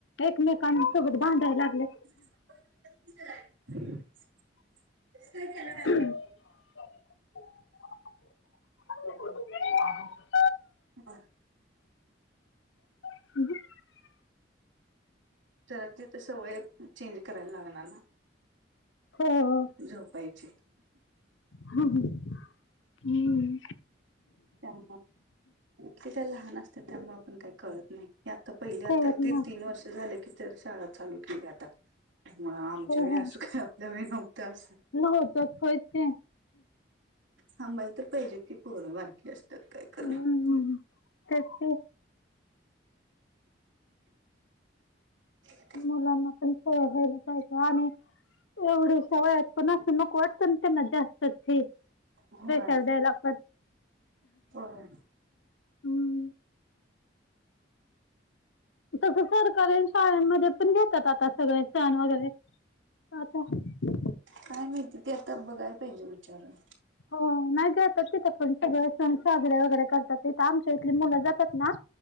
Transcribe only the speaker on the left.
एकमेकां सोबत भांडायला लागले.
<inaudible>
<inaudible>
हो हो.
ह हम्म!
कळत
ना
हो
हो
नव्हतच होयच ते
हम्म.
तेच की
मुलांना पण सवय व्हायला पाहिजे आणि एवढ सवय हाय पण असं नको वाटत नं त्यांना जास्तच हे.
प्रेशर द्यायला पण
हम. तसं सरकारेल. शाळांमध्ये पण घेतात आता सगळे सण वगैरे. <unintelligible>
हो नाही जातात तिथं पण सगळे सण साजरे वगैरे करतात, तिथ आमच्या इथली मुलं जातात ना.